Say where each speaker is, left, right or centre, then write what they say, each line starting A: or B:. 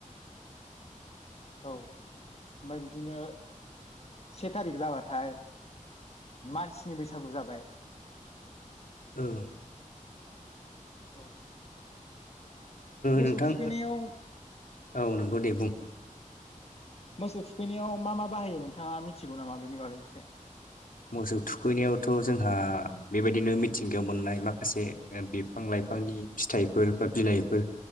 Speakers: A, on the left; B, on the left.
A: औ ओमफ्राय बिदिनो से थारिख जाबाथाय मानसिनि बैसागु जाबाय
B: औ
A: औ मोसौ
B: नोंथां
A: थुखैनायाव
B: औ नंगौ दे बुं
A: मोसौ थुखैनायाव मा मा बाहायो नोंथाङा मिथिगौ नामा बेनि बागै एसे
B: मोसौ थुखैनायावथ' जोंहा बेबायदिनो मिथिंगायाव मोननाय माखासे बिफां लाइफांनि फिथाइफोर बा बिलाइफोर